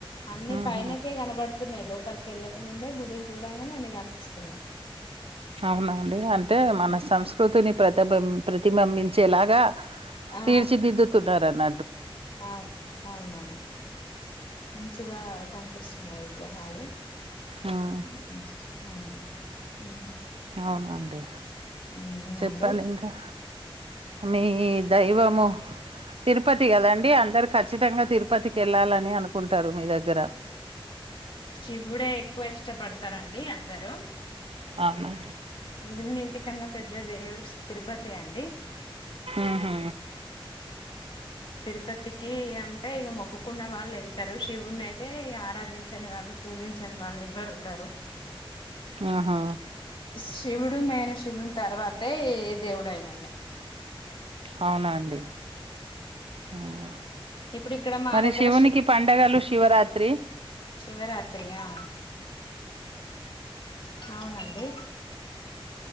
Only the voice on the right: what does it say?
హ్మ్
హు
అవునండి
అంటే మన సంస్కృతిని ప్రతిబిం ప్రతిబింబించేలాగా
తీర్చిదిద్దుతున్నారన్న
హ్మ్
అవునండి
చెప్పండి
ఇంకా మీ దైవము తిరుపతి కదండి. అందరూ ఖచ్చితంగా తిరుపతికి వెళ్ళాలని అనుకుంటారు మీ దగ్గర.
అవునా?
మ్ హూ
ఆహా
అవునా అండి మ్
మరి
శివునికి పండగలు శివరాత్రి